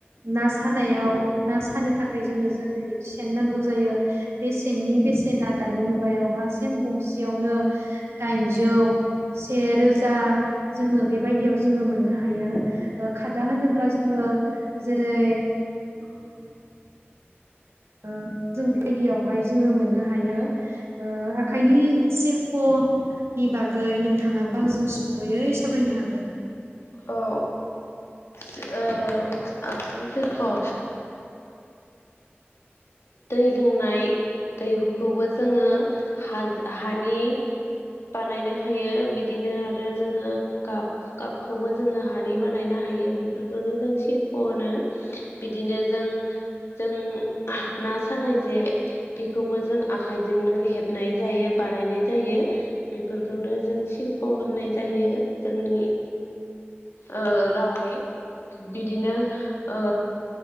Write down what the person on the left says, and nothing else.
<inaudible>
औ। सि ओ आखायनि <unintelligible> जोङो दै लोंनाय दैहुखौबो जोङो हाजों हानि बानायनो हायो बिदिनो आरो जोङो काप काप खौबो जोङो हानि बानायनो हायो बेफोरखौनो जों शिल्प' होनो बिदिनो जों जों ना सानाय जे बेखौबो जों आखाइजोंनो हेबनाय जाय‌ यो बानायनाय जायो बेफोरखौनो जों शिल्प' होननाय जायो जोंनि ओ रावै बिदिनो ओ